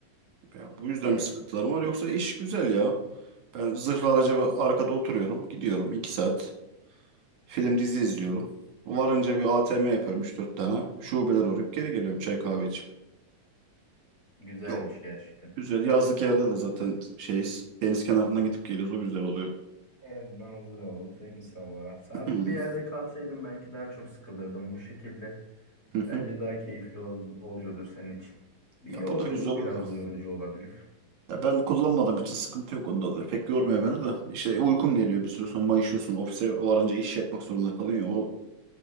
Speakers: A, on the right; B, on the left.
A: Ya bu yüzden
B: <laughs> Yani
A: bir sıkıntılarım var. Yoksa iş güzel ya. Ben zırhlı araca arkada oturuyorum. Gidiyorum 2 saat. Film dizi izliyorum. Varınca bir ATM yapıyorum üç dört tane. Şubeler uğrayıp geri geliyorum çay kahve içip.
B: güzelmiş
A: Yok.
B: gerçekten.
A: Güzel. Yazlık yerde de zaten şeyiz. Deniz kenarından gidip geliyoruz. O güzel oluyor.
B: Evet, manzaralı, temiz hava. Sabit
A: <clears throat> Hı
B: bir yerde kalsaydım belki daha çok sıkılırdım bu şekilde.
A: hı.
B: Bence daha keyifli ol- oluyordur senin için. Bir
A: Ya
B: yolculuk
A: bu da güzel olur
B: biraz
A: da.
B: yorucu olabilir.
A: Ya ben kullanmadığım için sıkıntı yok onda da. Pek yormuyor beni de. İşte uykum geliyor bir süre sonra mayışıyorsun. Ofise varınca iş yapmak zorunda kalıyorsun. ya, O